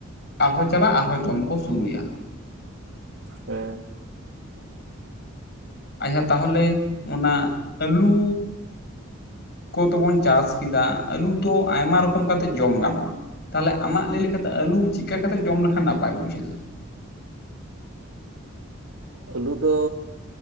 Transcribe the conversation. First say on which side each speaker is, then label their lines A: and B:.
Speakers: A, on the left; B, on the right.
A: ᱟᱨᱦᱚᱸ ᱪᱟᱞᱟᱜᱼᱟ ᱟᱨᱦᱚᱸ ᱡᱚᱢ ᱠᱚ ᱥᱩᱨᱩᱭᱟ᱾
B: ᱦᱮᱸ
A: ᱟᱪᱪᱷᱟ ᱛᱟᱦᱚᱞᱮ ᱚᱱᱟ ᱟᱹᱞᱩ ᱠᱚᱫᱚ ᱵᱚᱱ ᱪᱟᱥ ᱠᱮᱫᱟ ᱟᱹᱞᱩ ᱛᱚ ᱟᱭᱢᱟ ᱨᱚᱠᱚᱢ ᱠᱟᱛᱮᱫ ᱡᱚᱢ ᱜᱟᱱᱚᱜᱼᱟ᱾ ᱛᱟᱦᱚᱞᱮ ᱟᱢᱟᱜ ᱞᱟᱹᱭ ᱞᱮᱠᱟᱛᱮ ᱟᱹᱞᱩ ᱪᱤᱠᱟ ᱠᱟᱛᱮ ᱡᱚᱢ ᱞᱮᱠᱷᱟᱱ ᱱᱟᱯᱟᱭ ᱵᱩᱡᱷᱟᱹᱜᱼᱟ?
B: ᱟᱹᱞᱩ ᱫᱚ